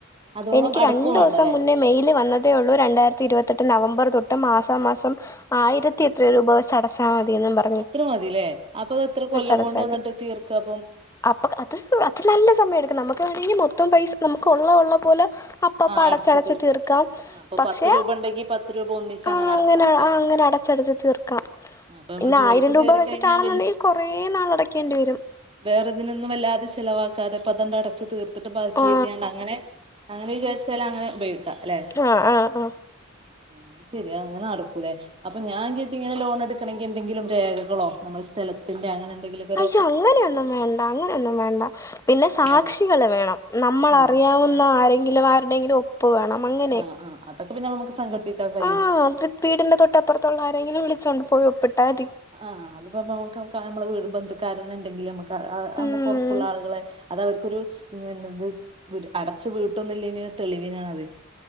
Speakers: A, on the right; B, on the left.
A: അതോളം
B: എനിക്ക്
A: അടക്കും
B: രണ്ടുസം
A: വേണ്ടല്ലേ
B: മുന്നേ മെയില് വന്നത് തേ ഒള്ളൂ രണ്ടായിരത്തി ഇരുപത്തെട്ട് നവംബറ് തൊട്ട് മാസാ മാസം, ആയിരത്തി എത്രയോ രൂപ വച്ച് അടച്ചാ മതിയെന്നും പറ
A: അത്ര മതില്ലേ അപ്പൊ അതെത്ര കൊല്ലം
B: അടച്ചാൽ
A: കൊണ്ട
B: മതി
A: ന്നിട്ട് തീർക്ക പ്പം?
B: അപ്പൊ അത് അത് നല്ല സമയം എടുക്കും നമുക്ക് വേണെങ്കി മൊത്തം പൈസ, നമുക്ക് ഒള്ള ഒള്ള പോലെ അപ്പപ്പ
A: ആഹ്
B: അടച്ചടച്ച്
A: അടച്ച്
B: തീർക്കാം,
A: ആഹ് അപ്പൊ
B: പക്ഷെ
A: പത്ത് രൂപ ഉണ്ടെങ്കി പത്ത് രൂപ ഒന്നിച്ച്
B: ആ
A: അങ്ങനെ
B: അങ്ങന
A: അടക്കാം അല്ലെ
B: അങ്ങനെ അട ച്ചടച്ച് തീർക്കാം,
A: ആഹ് അപ്പൊ നമ്മള്
B: പിന്നെ
A: ജോലിക്ക്
B: ആയിരം രൂപ
A: കേറി
B: വെച്ചിട്ടാണെന്നൊണ്ടെങ്കി
A: കഴിഞ്ഞാൽ
B: കൊറേ നാളടക്കേണ്ടി വരും.
A: വേറെതിനൊന്നും അല്ലാതെ ചിലവാക്കാതെ പ്പത ങ്ങട് അടച്ച് തീർ ത്തിട്ട് ബാക്കിർത്തിയോണ്ടങ്ങനെ
B: ആ
A: അങ്ങനെ വിചാരിച്ചാലും അങ്ങനെ ഉപയോഗിക്കാല്ലെ?
B: ആ ആ ആ
A: അത് ശരിയാ, അങ്ങനെ നടക്കൂലേ. അപ്പ ഞാൻവിചാരിച്ചിങ്ങനെ, ലോൺ എടുക്കണെങ്കി എന്തെങ്കിലും രേഖകളോ, നമ്മളെ സ്ഥലത്തിന്റെ അങ്ങനെ എന്തെങ്കിലും.
B: അശ്യോ അങ്ങനെയൊന്നും വേണ്ട അങ്ങനോന്നും വേണ്ട. പിന്നെ
A: വേണ്ടല്ലേ
B: സാക്ഷികള് വേണം. നമ്മളറിയാവുന്ന
A: ആഹ്
B: ആരെങ്കിലും ആരുടെങ്കിലും ഒ പ്പു വേണം അങ്ങ
A: ആ ആ അതൊക്കെ പിന്നെ നമുക്ക് സംഘടിപ്പിക്കാൻ കയ്യും.
B: ആ അത് വീടിന്റെ തൊട്ടപ്പുറത്തുള്ള ആരെങ്കിലും വിളിച്ചോണ്ട് പോയി ഒപ്പിട്ടാതി.
A: ആ അത്പ്പോ നമുക്കിപ്പ നമ്മെ വീട് ബന്ധുക്കാരൻ ഉണ്ടെങ്കിൽ നമുക്ക് ആ അ നമ്മുക്കൊറപ്പുള്ള
B: ഉം
A: ആളുകളെ അതവർക്കൊരു <unintelligible> ത് അടച്ചു വീട്ടുന്നില്ലെനി ഒരു തെളിവിനാണത്.